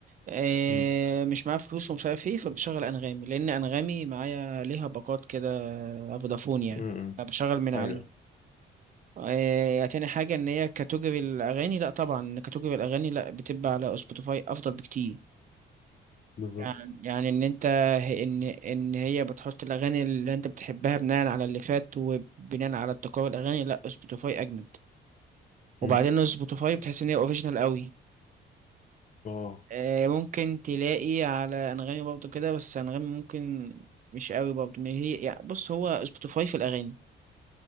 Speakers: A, on the right; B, on the left.
A: آه،
B: امم
A: مش معايا فلوس ومش عارف ايه فبشغل انغامي لان انغامي معايا ليها باقات كده فودافون يعني
B: امم
A: بشغل من عليه
B: ايوه
A: آه، تاني حاجة إن هي كاتوجري الأغاني لأ طبعا كاتوجري الأغاني لأ بتبقى على سبوتيفاي أفضل بكتير
B: بالظبط
A: يعني يعني إن أنت إن إن هي بتحط الأغاني اللي أنت بتحبها بناء على اللي فات وبناء على ابتكار الأغاني لأ سبوتيفاي أجمد وبعدين
B: امم
A: سبوتيفاي بتحس إن هي أوريجينال قوي
B: اه
A: آه، ممكن تلاقي على انغامي برضو كده بس انغامي ممكن مش قوي برضو ما هي يعني بص هو سبوتيفاي في الاغاني